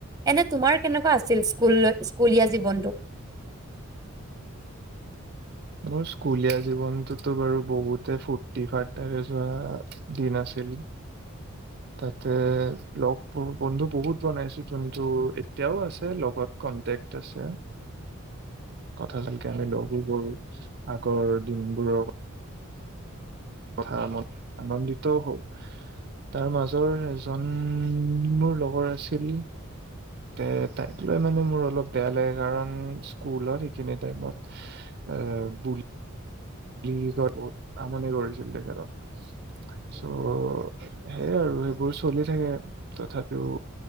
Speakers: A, on the right; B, on the right.
A: এনে তোমাৰ কেনেকুৱা আছিল স্কুললৈ স্কুলীয়া জীৱনটো।
B: মোৰ স্কুলীয়া জীৱনতটোতো বাৰু বহুতে ফূৰ্তি ফাৰ্তা যোৱা দিন আছিল।
A: <unintelligible>
B: তাতে লগ বন্ধু বহুত বনাইছো যোনটো এতিয়াও আছে লগত। কনটেক্ট আছে।
A: <unintelligible>
B: কথা চলকে আমি লগবোৰ কৰোঁ আগৰ দিনবোৰৰ। কথা ম আনন্দিতও হওক। তাৰ মাজৰ এজন মোৰ লগৰ আছিল। তে তাইক লৈ মানে মোৰ অলপ বেয়া লাগে কাৰণ স্কুলত সেইখিনি টাইমত এ বু় কি বহুত আমনি কৰিছিল তেখেতক। চ' সেই আৰু সেইবোৰ চলি থাকে তথাপিও